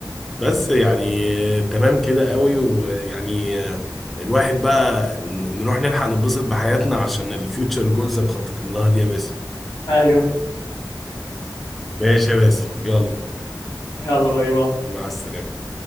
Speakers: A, in the centre; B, on the left (about 85°).
A: بس يعني تمام كده قوي ويعني الواحد بقى ن- نروح نلحق نتبسط بحياتنا عشان الفيوتشر جولز مخططين لها دي يا باسم
B: ايوه
A: ماشي يا باسم يلا
B: يلا باي باي
A: مع السلامة